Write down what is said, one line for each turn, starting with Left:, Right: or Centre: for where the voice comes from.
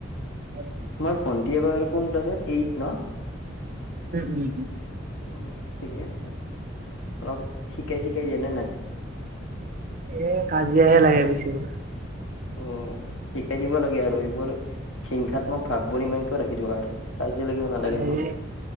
Right: আচ্ছা আচ্ছা।
Left: তোমাৰ ভণ্টি এইবাৰ কোন ক্লাছত এইট ন'?
Right: উম উম উম
Left: উম, ঠিকে আছে অলপ শিকাই ছি কাই দিয়া নে নাই?
Right: এ কাজিয়াহে লাগে বেছিকৈ।
Left: অ', শিকাই দিব লাগে আৰু এইবোৰ হিংসাত্মক ভাৱ বোৰ ইমান কিয় ৰাখি থোৱা আৰু। কাজিয়া লাগিব নালাগে
Right: এই,
Left: ন?